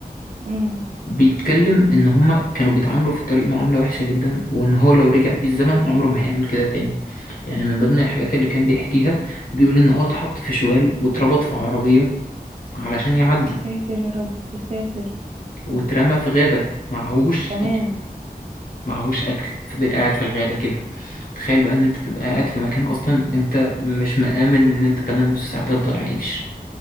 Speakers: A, on the right (about 40°); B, on the left (about 60°).
A: امم
B: بيتكلم إن هما كانوا بيتعاملوا في الطريق معاملة وحشة جدا وإن هو لو رجع بيه الزمن عمره ما هيعمل كده تاني يعني من ضمن الحاجات اللي كان بيحكيها بيقول إن هو اتحط في شوال واتربط في عربية علشان يعدي
A: يا ساتر يا رب يا ساتر
B: واترمى في غابة معهوش
A: كمان
B: معهوش اكل فضل قاعد في الغابه كده تخيل بقى ان انت تبقى قاعد في مكان اصلا انت مش مآمن ان انت كمان نص ساعه تفضل عايش